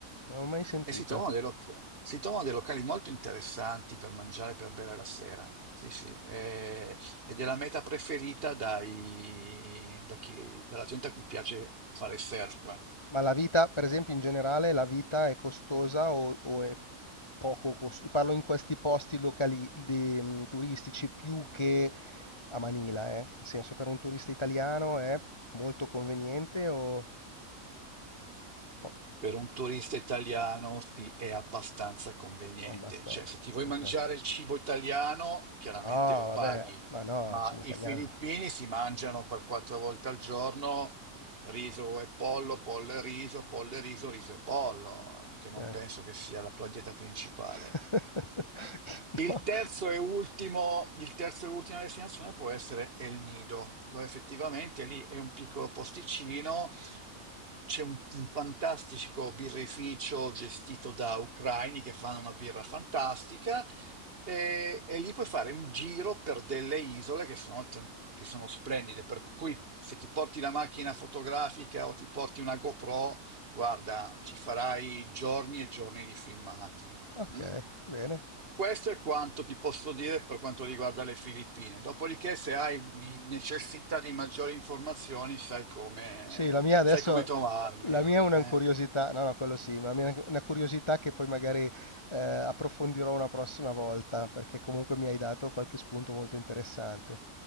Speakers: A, on the left; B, on the right.
A: non l'ho mai sentita.
B: E si trovano dei locali. Si trovano dei locali molto interessanti per mangiare, per bere la sera. Sì, sì. E ed è la meta preferita dai, da chi- dalla gente a cui piace fare surf.
A: Ma la vita, per esempio, in generale, la vita è costosa o, o è poco costosa? Parlo in questi posti locali, di- mh, turistici più che a Manila, eh? Nel senso, per un turista italiano è molto conveniente o po-
B: Per un turista italiano sì, è abbastanza conveniente.
A: abbastanza?
B: Cioè, se ti vuoi
A: Ok.
B: mangiare il cibo italiano, chiaramente
A: No, vabbè,
B: lo paghi,
A: ma no,
B: ma
A: cibo italiano.
B: i filippini si mangiano per quattro volte al giorno riso e pollo, pollo e riso, pollo e riso, riso e pollo, eh,
A: Ok.
B: che non penso che sia la tua dieta principale.
A: <laughs>
B: Il
A: No,
B: terzo e ultimo, il terzo e ultima destinazione può essere El Nido, dove effettivamente lì è un piccolo posticino c'è un, un fantastico birrificio gestito da ucraini che fanno una birra fantastica e, e lì puoi fare un giro per delle isole che sono, tran- che sono splendide, per cui se ti porti la macchina fotografica o ti porti una GoPro, guarda, ci farai giorni e giorni di filmati.
A: ok,
B: Mm?
A: bene.
B: Questo è quanto ti posso dire per quanto riguarda le Filippine. Dopodiché, se hai di- necessità di maggiori informazioni, sai come,
A: Sì, la mia adesso,
B: sai come trovarmi.
A: la mia è una
B: eh.
A: curiosità, no, no, quello sì, ma la mia è una curiosità che poi magari eh, approfondirò una prossima volta, perché comunque mi hai dato qualche spunto molto interessante.